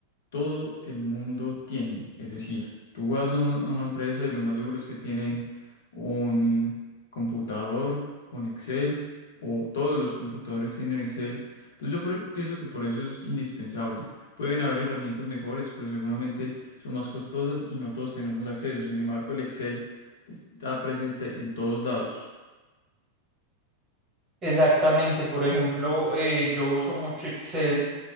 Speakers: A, on the left; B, on the right.
A: todo el mundo tiene. Es decir, tú vas a una, a una empresa y lo más seguro es que tienen un computador con Excel o todos los computadores tienen Excel. Entonces yo por- pienso que por eso es indispensable. Pueden haber herramientas mejores, pero seguramente son más costosas y no todos tenemos acceso. Sin embargo, el Excel está presente en todos lados.
B: Exactamente. Por ejemplo, eh, yo uso mucho Excel